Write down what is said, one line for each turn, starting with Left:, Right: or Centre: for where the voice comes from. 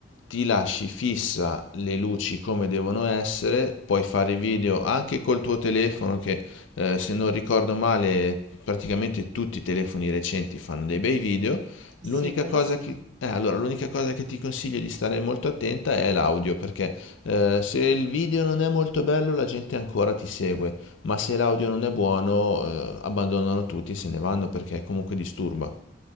Left: ti lasci fissa le luci come devono essere, puoi fare i video anche col tuo telefono che, eh, se non ricordo male, praticamente tutti i telefoni recenti fanno dei bei video. L'unica
Right: Sì, quello
Left: cosa
Right: sì.
Left: che, eh, allora, l'unica cosa che ti consiglio di stare molto attenta è l'audio, perché eh, se il video non è molto bello la gente ancora ti segue, ma se l'audio non è buono eh, abbandonano tutti e se ne vanno perché comunque disturba.